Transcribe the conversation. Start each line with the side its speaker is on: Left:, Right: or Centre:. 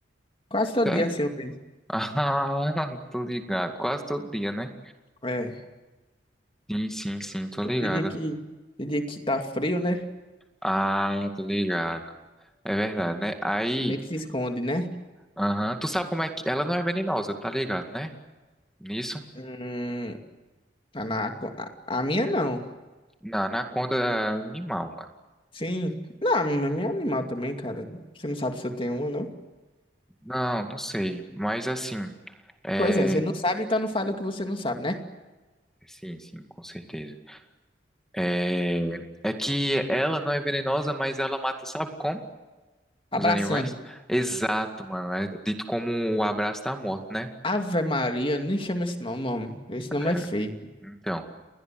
Left: Quase todo
Centre: Sério?
Left: dia assim
Centre: <laughs>
Left: eu vejo.
Centre: Ah, tô ligado. Quase todo dia, né?
Left: É.
Centre: Sim, sim, sim, tô
Left: Porque
Centre: ligado.
Left: Tem dia que, tem dia que tá frio, né?
Centre: Ah, tô ligado. É verdade, né? Aí,
Left: Meio que se esconde, né?
Centre: aham, Tu sabe como é que. Ela não é venenosa, tá ligado, né? Nisso?
Left: Hum. Anaconda. A, a minha não.
Centre: Na anaconda é animal, mano.
Left: Sim. Não, a minha é animal também, cara. Você não sabe se eu tenho uma, não?
Centre: Não, não sei. Mas assim. É.
Left: Pois é, você não sabe, então não fala o que você não sabe, né?
Centre: Sim, sim, com certeza. É. É que ela não é venenosa, mas ela mata, sabe como?
Left: Abraçando.
Centre: Os animais? Exato, mano. É dito como o abraço da morte, né?
Left: Ave Maria, nem chama esse nome, homem. Esse nome
Centre: É.
Left: é feio.
Centre: Então.